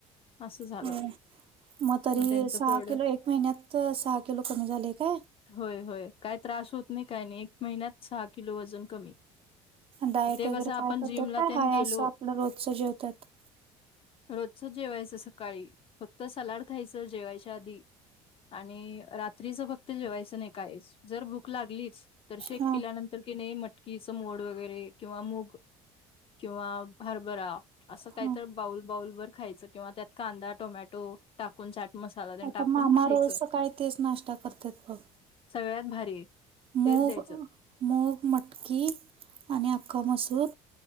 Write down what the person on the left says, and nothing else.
असं झालं.
त्यांचं
प्रोडक्ट
होय, होय, काय त्रास होत नाही काय नाही एक महिन्यात सहा किलो वजन कमी.
ते
कसं आपण
जिमला
तेन
गेलो
रोजच जेवायचं सकाळी, फक्त सलाड खायचं जेवायच्या आधी. आणि रात्रीच फक्त जेवायचं नाही काहीच, जर भूक लागली तर शेक
पिल्यानंतर कि नाही मटकीचं मोड वगैरे किंवा मूग किंवा हरभरा असं
काय तर बाऊल बाउल वर खायचं किंवा त्यात कांदा, टोमॅटो टाकून चाट मसाला तेन
टाकून
खायचं.
सगळ्यात भारी आहे.
तेच द्यायचं.